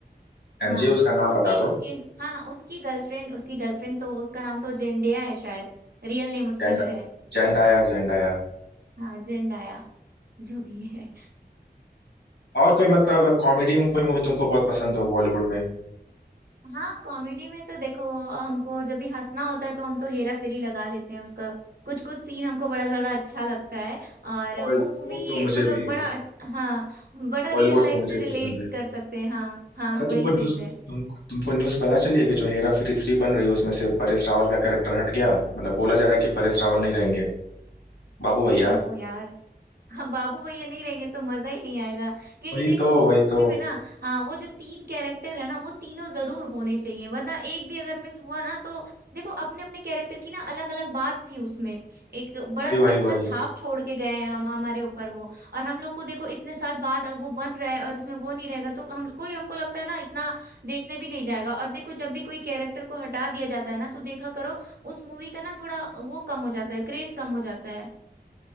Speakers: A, on the right; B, on the left.
A: हाँ
B: एमजे उसका नाम
A: उसकी
B: बता दो
A: उसकी हाँ हाँ उसकी गर्लफ्रेंड उसकी गर्लफ्रेंड तो उसका नाम तो जेंडिया है शायद रियल नेम उसका
B: Gen
A: जो है
B: Zendaya Zendaya
A: हाँ जेंडाया जो भी है
B: और कोई मतलब कॉमेडी में कोई मूवी तुमको बहुत पसंद हो बॉलीवुड में
A: हाँ कॉमेडी में तो देखो हमको जब भी हंसना होता है तो हम तो हेरा फेरी लगा लेते हैं उसका कुछ कुछ सीन हमको बड़ा ज्यादा अच्छा लगता है और
B: और
A: वो
B: तो,
A: मूवी
B: तो मुझे
A: मतलब
B: भी
A: बड़ा अच्छ- हाँ बड़ा रियल
B: बॉलीवुड
A: लाइफ
B: तो मुझे
A: से
B: भी
A: रिलेट
B: पसंद है
A: कर सकते हैं हाँ हाँ
B: अच्छा
A: वही
B: तुमको न्यूज़
A: चीज है
B: तुम तुमको न्यूज़ पता चली है कि जो हेरा फेरी थ्री बन रही है उसमें से परेश रावल का कैरेक्टर हट गया मतलब बोला जा रहा है कि परेश रावल नहीं रहेंगे बाबू भैया
A: ओहो यार हाँ बाबू भैया नहीं रहेंगे तो मजा ही नहीं आएगा क्योंकि
B: वही
A: देखो
B: तो
A: उस
B: वही
A: मूवी
B: तो
A: में ना हाँ वो जो तीन कैरेक्टर है ना वो तीनों जरूर होने चाहिए वरना एक भी अगर मिस हुआ ना तो देखो अपने अपने कैरेक्टर की ना अलग अलग बात थी उसमें एक बड़ा
B: वही वही
A: अच्छा
B: वही
A: छाप छोड़ के गए हैं हम हमारे ऊपर वो और हम लोग को देखो इतने साल बाद अब वो बन रहा है और उसमें वो नहीं रहेगा तो हम कोई हमको लगता है ना इतना देखने भी नहीं जाएगा और देखो जब भी कोई कैरेक्टर को हटा दिया जाता है ना तो देखा करो उस मूवी का ना थोड़ा वो कम हो जाता है क्रेज कम हो जाता है